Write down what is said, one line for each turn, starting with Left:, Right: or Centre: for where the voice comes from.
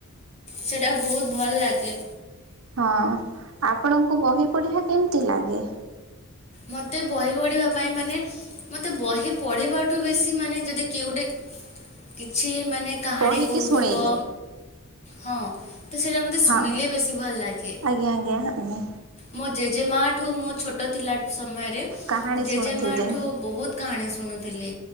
Left: ସେଇଟା ବହୁତ ଭଲ ଲାଗେ।
Right: ହଁ ଆପଣଙ୍କୁ ବହି ପଢ଼ିବା କେମିତି ଲାଗେ?
Left: ମତେ ବହି ପଢିବା ପାଇଁ ମାନେ ମତେ ବହି ପଢିବାଠୁ ବେଶୀ ମାନେ ଯଦି କିଏ ଗୋଟେ କିଛି ମାନେ କାହାଣୀ
Right: ପଢ଼ିକି
Left: କହୁଥିବ
Right: ଶୁଣେଇଲେ
Left: ହଁ ତ ସେଇଟା ମତେ ଶୁଣିଲେ
Right: ହଁ
Left: ବେଶୀ ଭଲ ଲାଗେ
Right: ଆଜ୍ଞା ଆଜ୍ଞା ଆଜ୍ଞା
Left: ମୋ ଜେଜେ ମା ଠୁ ମୋ ଛୋଟ ଥିଲା ସମୟରେ
Right: କାହାଣୀ
Left: ଜେଜେମାଠୁ
Right: ଶୁଣୁଥିଲି
Left: ବହୁତ କାହାଣୀ ଶୁଣୁଥିଲି